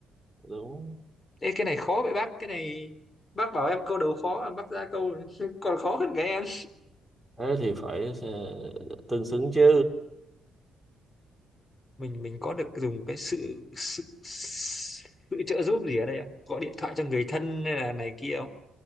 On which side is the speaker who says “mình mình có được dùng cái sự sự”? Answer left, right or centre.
Left